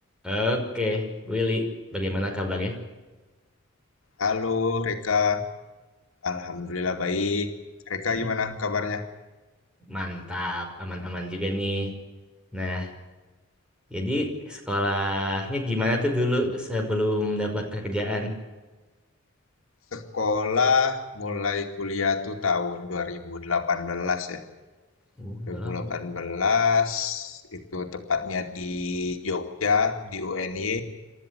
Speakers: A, in the centre; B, on the left.
A: Oke, Willy, bagaimana kabarnya?
B: Halo Reka, Alhamdulillah baik. Reka
A: Hmm,
B: gimana kabarnya?
A: Mantap, aman-aman juga nih. Nah, jadi sekolahnya gimana tuh dulu sebelum dapat pekerjaan?
B: Sekolah mulai kuliah tuh tahun 2018 ya.
A: Oh,
B: 2018
A: udah lama.
B: itu tepatnya di Jogja, di UNY,